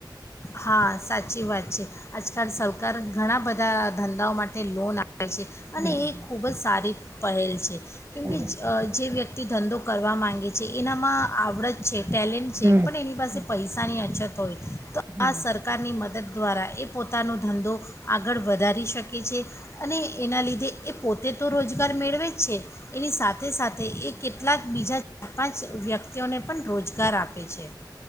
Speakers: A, on the left; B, on the right.
A: હા, સાચી વાત છે આજ કાલ સરકાર અજ ઘણા બધા ધંધાઓ માટે લોન આપ અ છે
B: હમ,
A: અને એ ખૂબ જ સારી પહેલ છે. કેમ
B: હમ,
A: કે અહ જે વ્યક્તિ ધંધો કરવા માં ગે છે એનામાં આવડત છે ટેલેન્ટ છે
B: હમ, હમ,
A: પણ એની પાસે પૈસાની અછત તોએ.
B: હમ.
A: આ સરકારની મદદ દ્વારા એ પોતાનો ધંધો આગળ વધારી શકે છે અને એના લીધે એ પોતે તો રોજગાર મેળવે છે એની સાથે સાથે એક કેટલાક બીજા ચાર પાંચ વ્યક્તિઓને પણ રોજગાર આપે છે.